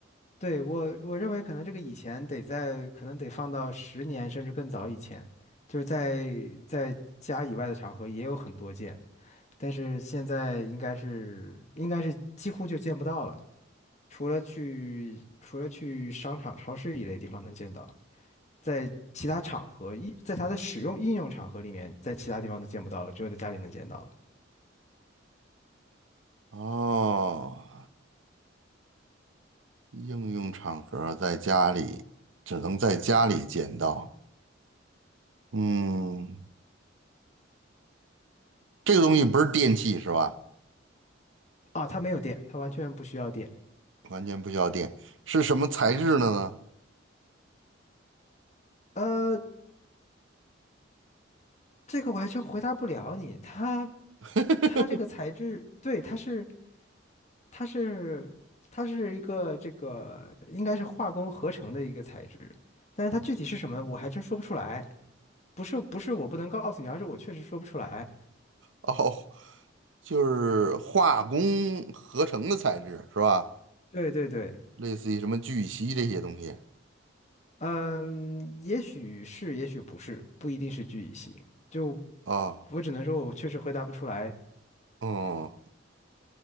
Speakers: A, on the left; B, on the right.
A: 对，我我认为可能这个以前得在，可能得放到十年甚至更早以前，就是在在家以外的场合也有很多见，但是现在应该是应该是几乎就见不到了，除了去除了去商场、超市一类地方能见到。在其他场合，一在它的使用应用场合里面，在其他地方都见不到了，只有在家里能见到了。
B: 哦，应用场合在家里只能在家里见到。嗯，这个东西不是电器是吧？
A: 啊，它没有电，它完全不需要电。
B: 完全不需要电，是什么材质的呢？
A: 呃，这个我还真回答不了你。它
B: <laughs>
A: 它这个材质，对，它是它是它是一个这个应该是化工合成的一个材质，但是它具体是什么，我还真说不出来。不是不是我不能告诉你，而是我确实说不出来。
B: 哦，就是化工合成的材质是吧？
A: 对对对。
B: 类似于什么聚乙烯这些东西
A: 嗯，也许是，也许不是，不一定是聚乙烯。就
B: 啊，
A: 我只能说，我确实回答不出来，
B: 哦，